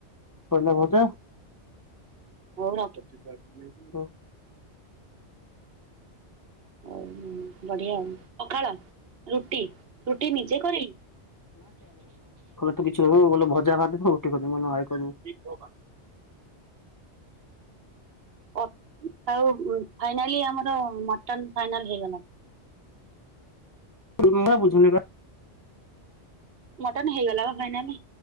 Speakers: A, on the left (about 30°); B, on the right (about 60°).
A: କଲରା ଭଜା।
B: <unintelligible>
A: <inaudible>
B: ହ ବଢିଆ ଆଉ ପଖାଳ ରୁଟି। ରୁଟି ନିଜେ କରି
A: ତ କିଛି କରୁନୁ ବୋଲେ ଭଜା ଭାଜିବୁ ରୁଟି କରିିବୁ ମୁଁ କହିନି ହଁ ଆଇ କରିବୁ।
B: <unintelligible> ପ ଫ ଫାଇନାଲି ଆମର ମଟନ ଫାଇନାଲ ହେଇଗଲା।
A: <unintelligible> ବୁଝୁନିବା।
B: ମଟନ ହେଇଗଲା ବା ଫାଇନାଲ